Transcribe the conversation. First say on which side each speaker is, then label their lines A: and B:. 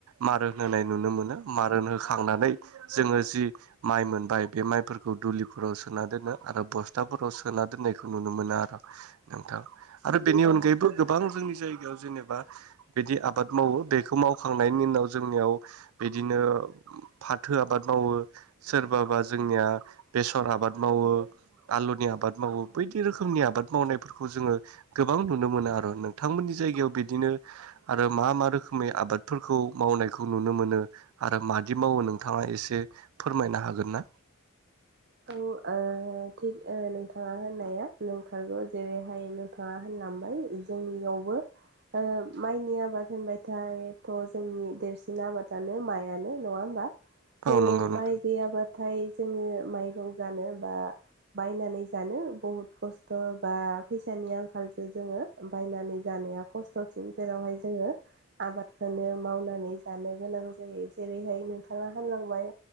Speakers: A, on the right; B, on the right.
A: मारोन होनाय नुनो मोनो मारोन होखांनानै जोङो जि माइ मोनबाय बे माइफोरखौ दुलिफोराव सोना दोनो आरो बस्थाफोराव सोना दोननायखौ नो नुनो मोनो आरो नोंथां आरो बेनि
B: औ
A: अनगायैबो गोबां जोंनि जायगायाव जेनेबा बिदि आबाद मावो बेखौ मावखांनायनि उनाव जोंनियाव बिदिनो फाथो आबाद मावो सोरबाबा जोंनिया बेसर आबाद मावो आलुनि आबाद मावो बायदि रोखोमनि आबाद मावनायफोरखौ जोङो गोबां नुनो मोनो आरो नोंथांमोननि जायगायाव बिदिनो आरो मा मा रोखोमै आबादफोरखौ मावनायखौ नुनो मोनो आरो मा मादि मावो नोंथाङा एसे फोरमायनो हागोन ना?
B: औ। ओ थिग ओ नोंथाङा होननाया नंथारगौ जेरैहाय नोंथाङा होनलांबाय जोंनियावबो ओ माइनि आबाद होनबथायथ' जोंनि देरसिन आबादानो माइयानो नङा होमबा? जोङो
A: औ नंगौ नोंथां
B: माइ गैयाबाथाय जोङो माइरं जानो बा बायनानै जानो बहुद खस्थ' बा फैसानि आंखालसो जोङो बायनानै जानाया खस्थ'सिन जेरावहाय जोङो आबादखौनो मावनानै जानो गोनां जायो जेरैहाय नोंथाङा होनामलांबाय